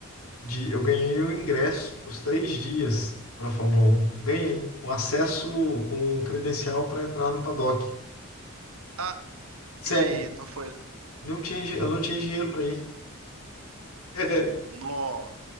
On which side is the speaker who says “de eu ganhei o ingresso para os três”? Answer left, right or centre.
Left